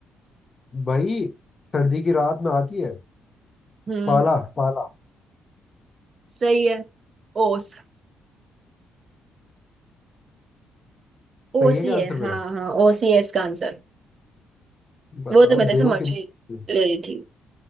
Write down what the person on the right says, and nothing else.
हम्म
सही है ओस
ओ
सी
है
हाँ हाँ ओ सी है इसका आंसर
वो तो मैं जैसे
मजे
ले रही थी